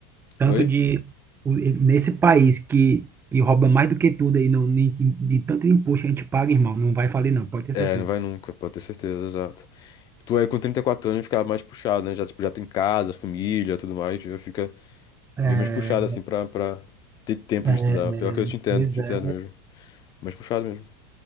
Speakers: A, on the right (about 20°); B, on the left (about 35°).
A: tanto
B: Oi?
A: de o- nesse país que, que rouba mais do que tudo aí no, ni- de tanto imposto que a gente paga, irmão, não vai falir não, pode ter
B: É,
A: certeza.
B: não vai nunca, pode ter certeza, exato. Tu aí com 34 anos fica mais puxado, né? Já, tipo, já tem casa, família, tudo mais, já fica
A: É,
B: bem mais puxado, assim, pra, pra ter tempo
A: é,
B: de estudar. Pior que eu te entendo,
A: pois
B: te
A: é,
B: entendo mesmo. Mais puxado mesmo.